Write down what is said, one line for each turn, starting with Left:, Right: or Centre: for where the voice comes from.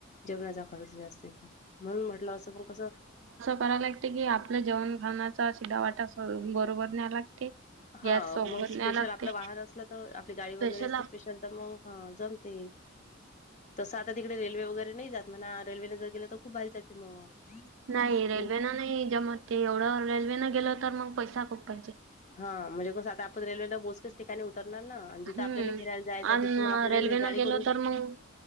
Left: जेवणाचा खर्च जास्त म्हणून म्हटलं असं पण कसं
Right: कराय लागते की आपल्या जेवण खानाचा सिधा वाटा बरोबर न्याय लागते
Left: हा
Right: गॅस सोबत
Left: मग स्पेशल
Right: न्याय लागते
Left: आपलं वाहन असलं तर आपली गाडी
Right: स्पेशल
Left: वगैरे असली
Right: आप
Left: स्पेशल तर मग हा जमती तसं आता तिकडे रेल्वे वगैरे नाही जात म्हणा रेल्वेने जर गेलं तर खूप भारी जाते मग
Right: नाही रेल्वे
Left: मग
Right: नं नाही जम ते एवढं रेल्वेनं गेलं तर मग पैसा खूप पाहिजे
Left: हा म्हणजे कसं आता आपण रेल्वेला बोसकच ठिकाणी उतरणार ना आणि जिथं
Right: हम्म
Left: आपल्याला फिरायला जायचं आहे
Right: आणि
Left: तिथून मग आपल्याला
Right: रेल्वे न
Left: गाडी
Right: गेलो
Left: करून
Right: तर मग